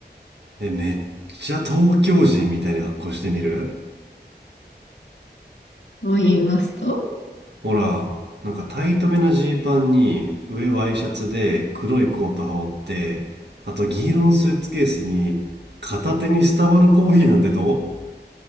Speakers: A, on the right (about 75°); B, on the left (about 85°).
A: えめっちゃ東京人みたいな格好してみる
B: と言いますと
A: ほらなんかタイトめなジーパンに上ワイシャツで黒いコート羽織ってあと銀色のスーツケースに片手にスタバのコーヒーなんてど